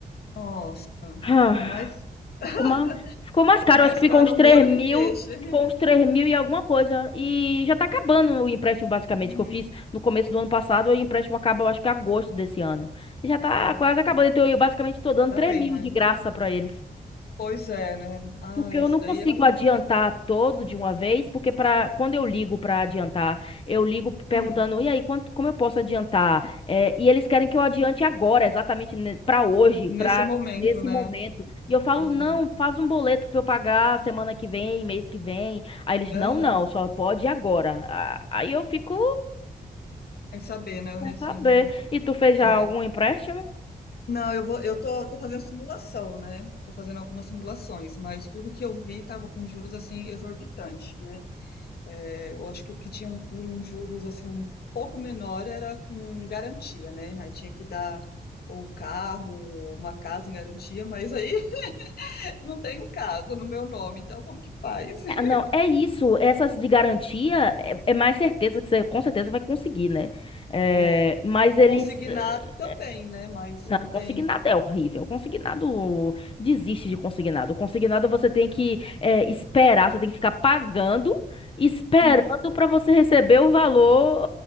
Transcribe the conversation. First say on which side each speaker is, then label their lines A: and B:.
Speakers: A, on the left (about 80°); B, on the left (about 35°).
A: Nossa,
B: Ah,
A: ficou mais, <laughs>
B: Ficou mais, ficou mais caro,
A: mais
B: acho que ficou
A: caro
B: uns três
A: o molho
B: mil,
A: que o peixe. <laughs>
B: ficou uns três mil e alguma coisa. E já tá acabando o empréstimo basicamente
A: Uhum.
B: que eu fiz no começo do ano passado, E o empréstimo acaba eu acho que agosto desse ano. Já tá
A: Ai,
B: quase acabando, então eu basicamente tô dando
A: tá
B: três
A: bem,
B: mil
A: né?
B: de graça pra eles.
A: Pois é, né? Ah,
B: Porque eu
A: isso
B: não
A: daí
B: consigo
A: é um.
B: adiantar todo de uma vez, porque para quando eu ligo para adiantar, eu ligo perguntando,
A: hum,
B: e aí, quanto, como eu posso adiantar? É, e eles querem que eu adiante agora, exatamente para hoje,
A: nesse
B: para
A: momento,
B: nesse
A: né?
B: momento. E eu falo,
A: Aham,
B: não, faz um boleto para eu pagar semana que vem, mês que vem. Aí eles,
A: aham,
B: não, não, só pode agora. Ah, Aí eu fico
A: sem saber, né?
B: sem
A: Assim,
B: saber. E tu fez
A: é.
B: já algum empréstimo?
A: Não, eu vou, eu tô, tô fazendo simulação, né? Tô fazendo algumas simulações, mas tudo que eu vi tava com juros assim exorbitante, né? É, eu acho que o que tinha um, um juros assim um pouco menor era com garantia, né? Aí tinha que dar ou carro, ou uma casa em garantia, mas aí <laughs> não tenho casa no meu nome, então como que faz? <laughs>
B: Ah, não, é isso. Essas de garantia é, é mais certeza que você com certeza vai conseguir, né? É,
A: É,
B: mas eles.
A: consignado
B: eh,
A: também, né? Mas
B: Não,
A: não tem.
B: consignado é horrível. Consignado desiste de consignado. Consignado você tem que eh, esperar, você tem que ficar pagando, esperando
A: Hum.
B: para você receber o valor